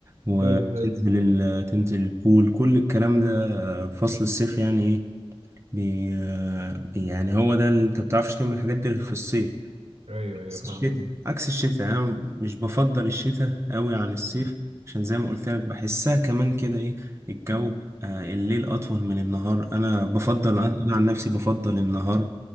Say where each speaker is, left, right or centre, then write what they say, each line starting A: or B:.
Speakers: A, on the right; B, on the right.
A: وتنزل
B: ايوه ايوه
A: ال- تنزل البول كل الكلام ده فصل الصيف يعني إيه، بي آه، بي- يعني هو ده اللي انت بتعرفش تعمل الحاجات دي غير في الصيف
B: أيوه أيوه
A: بس
B: فاهمك
A: الشتاء عكس الشتاء يعني انا مش بفضل الشتاء قوي عن الصيف
B: مم.
A: عشان زي ما قلت لك بحسها كمان كده ايه الجو
B: مم.
A: آه الليل اطول من النهار انا بفضل
B: آه.
A: انا أنا عن نفسي بفضل النهار